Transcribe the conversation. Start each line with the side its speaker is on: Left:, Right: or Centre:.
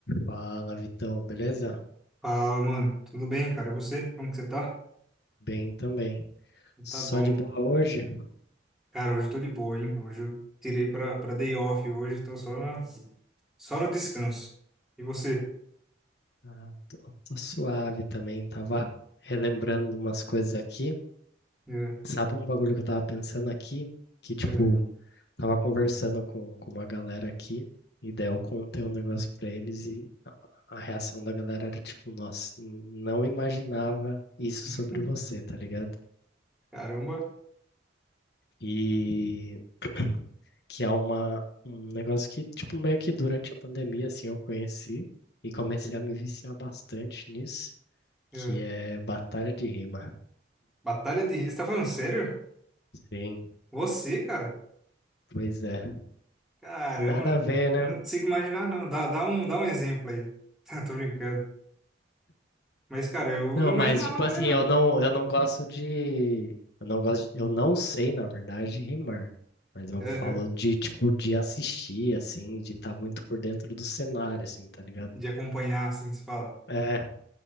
Left: Fala, Vitão, beleza?
Centre: Fala, mano. Tudo bem, cara? E você? Como que você tá?
Left: Bem também. Só
Centre: Tá bom.
Left: de boa hoje?
Centre: Cara, hoje eu tô de boa, hein? Hoje eu tirei pra, pra day off hoje, tô só, na, só no descanso. E você?
Left: Ah, tô, tô suave também. Tava relembrando umas coisas aqui.
Centre: É,
Left: Sabe um bagulho que eu tava pensando aqui? Que, tipo,
Centre: é.
Left: tava conversando com, com uma galera aqui, e daí eu contei um negócio pra eles e a, a reação da galera era tipo, nossa, n- não imaginava isso
Centre: <laughs>
Left: sobre você, tá ligado?
Centre: Caramba.
Left: E <clears throat> que é uma, um negócio que, tipo, meio que durante a pandemia, assim, eu conheci e comecei a me viciar bastante nisso, que
Centre: É.
Left: é batalha de rima.
Centre: Batalha de... Você tá falando sério?
Left: Sim,
Centre: Você, cara?
Left: pois é.
Centre: Caramba,
Left: Nada
Centre: não
Left: a ver, né?
Centre: não consigo imaginar, não. Dá, dá um, dá um exemplo aí. <laughs> Tô brincando. Mas, cara, eu
Left: Não,
Centre: não imaginava
Left: mas, tipo
Centre: também,
Left: assim,
Centre: não.
Left: eu não, eu não gosto de... Eu não gosto, de- eu não sei, na verdade, rimar. Mas eu
Centre: Aham.
Left: falo de, tipo, de assistir, assim, de estar muito por dentro do cenário, assim, tá ligado?
Centre: De acompanhar, assim, se fala.
Left: é